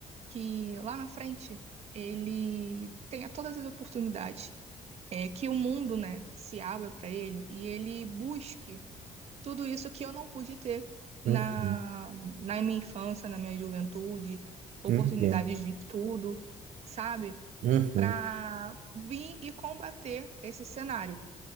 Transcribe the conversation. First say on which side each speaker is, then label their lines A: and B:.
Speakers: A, on the right; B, on the right.
A: que lá na frente ele tenha todas as oportunidades, é, que o mundo, né, se abra para ele e ele busque. Tudo isso que eu não pude ter na,
B: Uhum,
A: na minha infância, na minha juventude, oportunidades
B: entendo.
A: de estudo, sabe?
B: Uhum,
A: Para vir e combater esse cenário